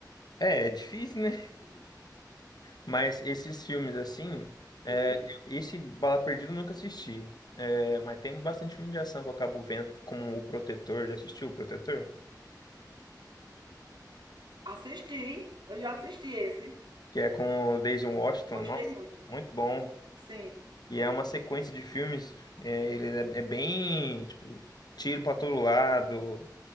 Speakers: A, on the left (about 65°); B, on the right (about 85°).
A: É, é difícil, né?
B: Sim.
A: Mas esses filmes assim, é,
B: Sim.
A: esse Bala Perdida eu nunca assisti. É, mas tem bastante filme de ação que eu acabo vendo, como O Protetor, já assistiu O Protetor?
B: Assisti, eu já assisti esse.
A: Que é com o Daisy Washington,
B: Gostei
A: nossa,
B: muito.
A: muito bom.
B: Sim.
A: E é uma sequência de filmes, é, ele é, é bem, tipo, tiro pra todo lado,